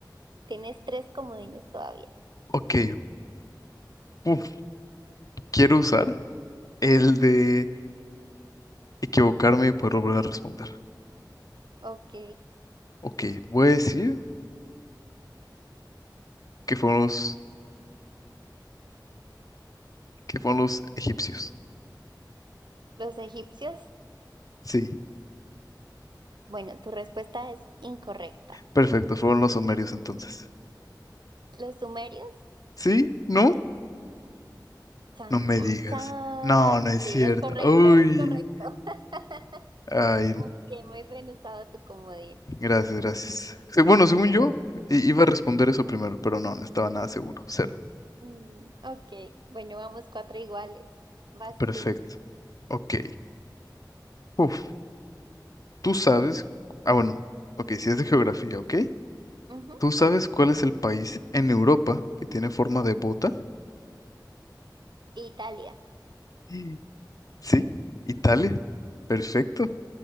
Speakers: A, on the right (about 75°); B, on the left (about 50°).
A: Tienes tres comodines todavía.
B: Ok, uf, quiero usar el de equivocarme para volver a responder.
A: Ok,
B: Ok, voy a decir que fueron los, que fueron los egipcios.
A: los egipcios.
B: Sí,
A: Bueno, tu respuesta es incorrecta.
B: perfecto, fueron los sumerios entonces.
A: ¿Los sumerios?
B: ¿Sí? ¿No?
A: Chan,
B: No me
A: chan,
B: digas.
A: chan.
B: No, no es cierto.
A: Sí, es correcto,
B: Uy.
A: es correcto. <laughs>
B: Ay,
A: Muy bien, muy bien usado tu comodín.
B: Gracias, gracias. Se- Bueno, según yo,
A: Bueno,
B: i- iba a responder eso primero, pero no, no estaba nada seguro. Cero.
A: mm, ok, bueno, vamos cuatro iguales. Vas
B: Perfecto.
A: tú.
B: Ok. Uf, tú sabes. Ah, bueno. Ok, si es de geografía, ¿ok?
A: Ujú.
B: ¿Tú sabes cuál es el país en Europa que tiene forma de bota? <gasps>
A: Italia.
B: Sí. Sí, Italia. Perfecto.